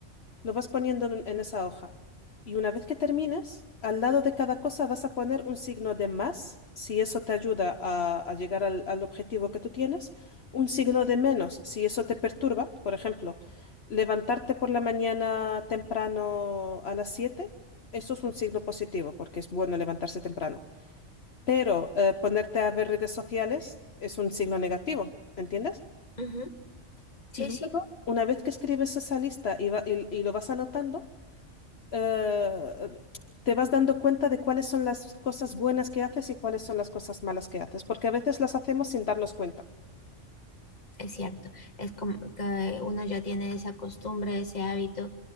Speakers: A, on the left; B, on the left.
A: lo vas poniendo en, en esa hoja. Y una vez que termines, al lado de cada cosa vas a poner un signo de más, si eso te ayuda a, a llegar al, al objetivo que tú tienes, un signo de menos, si eso te perturba. Por ejemplo, levantarte por la mañana temprano a las siete eso es un signo positivo, porque es bueno levantarse temprano. Pero eh, ponerte a ver redes sociales es un signo negativo, ¿entiendes?
B: Ujú, Sí,
A: Y luego,
B: sí,
A: una vez que escribes esa lista y, va- y y lo vas anotando, eh, te vas dando cuenta de cuáles son las cosas buenas que haces y cuáles son las cosas malas que haces, porque a veces las hacemos sin darnos cuenta.
B: es cierto. Es como que uno ya tiene esa costumbre, ese hábito,